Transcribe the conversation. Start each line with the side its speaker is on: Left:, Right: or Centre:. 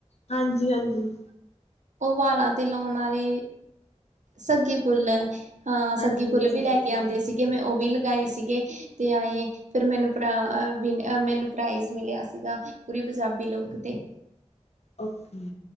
Left: ਹਾਂਜੀ-ਹਾਂਜੀ।
Right: ਓ ਵਾਲਾਂ ਤੇ ਲੌਨ ਆਲੇ, ਸੱਗੀ ਫੁੱਲ ਹਾਂ
Left: ਹਾਂਜੀ
Right: ਸੱਗੀ ਫੁੱਲ
Left: ਹਾਂਜੀ
Right: ਵੀ ਲੈ ਕੇ ਆਂਦੇ ਸੀਗੇ ਮੈਂ ਓ ਵੀ ਲਗਾਏ ਸੀਗੇ ਤੇ ਆਏਂ ਫਿਰ ਮੈਨੂੰ ਆ ਮੈਨੂੰ ਪਰਾਈਜ਼ ਮਿਲੇਆ ਸੀਗਾ। ਪੂਰੀ ਪੰਜਾਬੀ ਲੁੱਕ ਤੇ।
Left: ਓਕੇ।